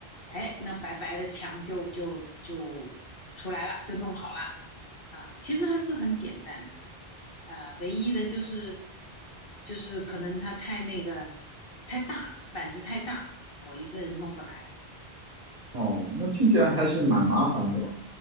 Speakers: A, on the left; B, on the right.
A: 哎，那白白的墙就就就出来了，就弄好了啊。其实还是很简单的，呃，唯一的就是就是可能它太那个太大，板子太大，我一个人弄不来。
B: 哦，那听起来还是蛮麻烦的哦
A: 嗯，